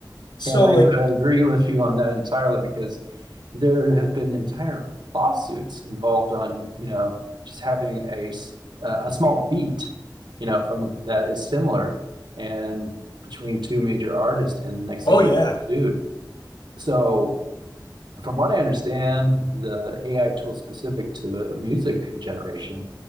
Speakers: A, on the left; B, on the right.
A: So
B: And I,
A: like,
B: I agree with you on that entirely because there has been entire lawsuits involved on, you know, just having a uh, a small beat, you know, from that is similar and between two major artists, and next
A: Oh
B: thing you
A: yeah.
B: are sued. So from what I understand, the AI tool specific to music generation,